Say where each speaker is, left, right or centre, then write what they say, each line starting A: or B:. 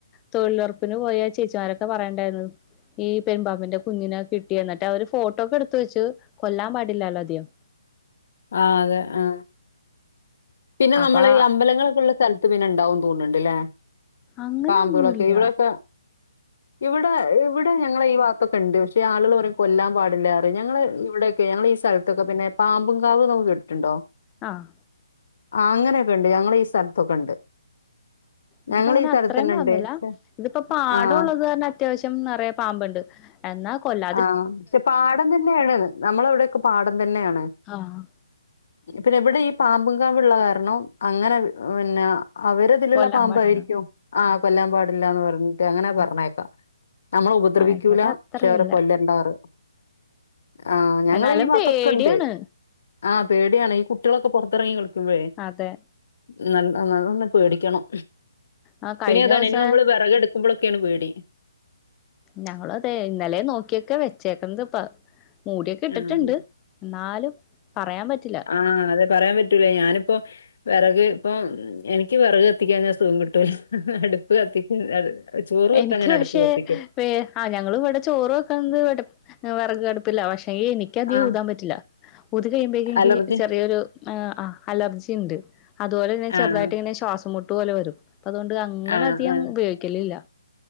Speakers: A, on the left; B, on the left.
A: തൊഴിലൊർപ്പിന് പോയ ചേച്ചിമാരൊക്കെ പറേണ്ടാര്ന്നു ഈ പെരുമ്പാമ്പിന്റെ കുഞ്ഞിനെ കിട്ടി എന്നിട്ടവര് ഫോട്ടോക്കെടുത്ത് വെച്ചു കൊല്ലാൻ പാടില്ലല്ലോ ആദ്യം.
B: ആ അതെ ആഹ്. പിന്നെ
A: അപ്പൊ
B: നമ്മളീ അമ്പലങ്ങളൊക്കെള്ള സ്ഥലത്ത് പിന്നെണ്ടാവുംന്ന് തോന്ന്ണ്ട്ല്ലേ?
A: അങ്ങനെയൊന്നുമില്ല
B: പാമ്പ്ളൊക്കെ ഇവിടെക്ക ഇവ്ടെ ഇവ്ടെ ഞ ഞങ്ങളെ ഈഭാഗത്തൊക്കെണ്ട് ക്ഷെ ആള്ക്ള് പറയും കൊല്ലാമ്പാടില്ലറിം ഞങ്ങള് ഇവിടെക്കെ ഞങ്ങളീ സെൽത്തൊക്കെ പിന്നെ പാമ്പുംകാവന്നൊക്കെ കേട്‌ട്ടിണ്ടോ?
A: ആഹ്
B: ആഹ് അങ്ങനെയൊക്കെ ഉണ്ട് ഞങ്ങള ഈ സ്ഥലത്തൊക്കെ ഉണ്ട്
A: ഇവിടെങ്ങനത്രേ
B: ഞങ്ങളെ ഈ സ്ഥലത്ത് തന്നെ
A: പാമ്പില്ല
B: ഉണ്ട്. പക്ഷെ
A: ഇതിപ്പോ പാടം
B: ആഹ്
A: ഉള്ളത് കാരണം അത്യാവശ്യം നിറയെ പാമ്പുണ്ട് എന്നാ കൊല്ല
B: ആഹ് പക്ഷെ പാടം തന്നെയാണിത് നമ്മളവിടെക്കെ പാടം തന്നെയാണ്
A: ആഹ്
B: പിന്നെ ഇവിടെ ഈ പാമ്പുങ്കാവുള്ള കാരണം അങ്ങനെ ഏഹ് പിന്നെ അവരിതിലുള്ള
A: കൊല്ലാൻ
B: പാമ്പായിരിക്കും
A: പാടില്ല
B: ആഹ് കൊല്ലാൻ പാടില്ലാന്ന് പറഞ്ഞിട്ട് അങ്ങനെ
A: ഉം
B: പറഞ്ഞേക്കാം നമ്മളെ ഉപദ്രവിക്കൂല
A: ആഹ് ഇവിടെ അത്ര
B: പക്ഷേ അവരെ
A: ഇല്ല
B: കൊല്ലണ്ടാറ് ആഹ് ഞങ്ങള
A: എന്നാലും
B: ഈ ഭാഗത്തൊക്കെ
A: പേടിയാണ്
B: ഉണ്ട് ആഹ് പേടിയാണ് ഈ കുട്ടികളൊക്ക പുറത്തെറങ്ങി കളിക്കുമ്പോഴേ
A: അതെ
B: <unintelligible> പേടിക്കണം
A: ആഹ്
B: പിന്നിതാണ്
A: കഴിഞ്ഞ ദിവസം
B: ഇനി നമ്മള് വിറകെടു <unintelligible> പേടി
A: ഞങ്ങളും അതെ ഇന്നലേയും നോക്കിയൊക്ക വെച്ചേക്കുന്നത്പ്പ മൂടിയൊക്കെ ഇട്ടിട്ടുണ്ട്
B: ആഹ്
A: എന്നാലും പറയാൻ പറ്റില്ല
B: ആഹ് അതെ പറയാൻ പറ്റൂല ഞാനിപ്പോ വിറക് ഇപ്പോ എനിക്ക് വിറക് കത്തിക്കാഞ്ഞാ സുഖം കിട്ടൂല അടുപ്പ് കത്തി <unintelligible> അത് ചോറ് വെക്കാൻ
A: എനിക്ക്
B: ഞാൻ
A: പക്ഷേ
B: അടുപ്പ് കത്തിക്കും
A: <unintelligible> ആഹ് ഞങ്ങള് ഇവിടെ ചോറ് വെക്കണത് ഇവിട വിറക് അടുപ്പ് പ്പിലാ പക്ഷെ എനിക്കധികം
B: ആഹ്
A: ഊതാൻ പറ്റില്ല ഊതി കഴിയുമ്പോഴക്കും എനിക്കി
B: അലർജി
A: ചെറിയൊരു ആഹ് അലർജി ഇണ്ട് അതുപോലെ തന്നെ ചെറുതായിട്ട്
B: ആഹ്
A: ഇങ്ങനെ ശ്വാസം മുട്ട് പോലെ വരും അതുകൊണ്ട് അങ്ങന
B: ആഹ്
A: അധികം
B: ആഹ്
A: ഉപയോഗി ഇല്ലില്ല